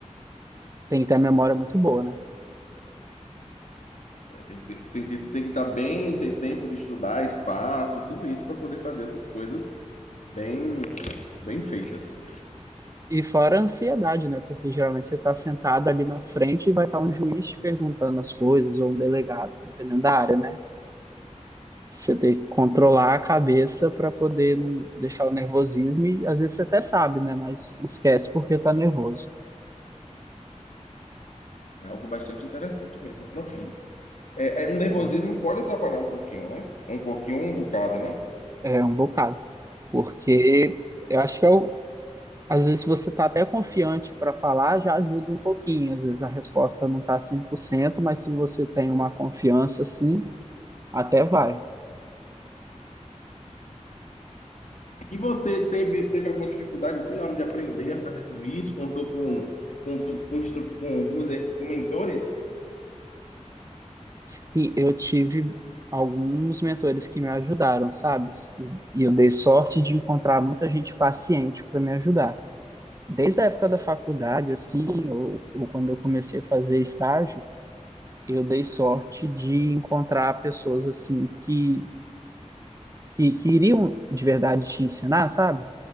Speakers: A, on the right (about 25°); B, on the left (about 75°).
A: Tem que ter a memória muito boa, né?
B: É, tem que ter- tem que, tem que estar bem, ter tempo de estudar, espaço, tudo isso para poder fazer essas coisas bem, bem feitas.
A: E fora a ansiedade, né? Porque geralmente você está sentado ali na frente e vai estar um juiz te perguntando as coisas ou um delegado, dependendo da área, né? Você tem que controlar a cabeça para poder não deixar o nervosismo e às vezes você até sabe, né? Mas esquece porque tá nervoso.
B: É algo bastante interessante mesmo, profundo. É, é, o
A: Sim.
B: nervosismo pode atrapalhar um pouquinho, né? Um pouquinho, um bocado, né?
A: É um bocado. Porque eu acho que é o- às vezes você tá até confiante para falar, já ajuda um pouquinho. Às vezes a resposta não tá 100%, mas se você tem uma confiança, assim, até vai.
B: E você teve, teve alguma dificuldade assim na hora de aprender a fazer tudo isso? Contou com, com, tu- com, instru- com, como dizer, com mentores?
A: Sim, eu tive alguns mentores que me ajudaram, sabe? E, e eu dei sorte de encontrar muita gente paciente para me ajudar. Desde a época da faculdade, assim, ou, ou quando eu comecei a fazer estágio, eu dei sorte de encontrar pessoas assim que, que, que iriam de verdade te ensinar, sabe?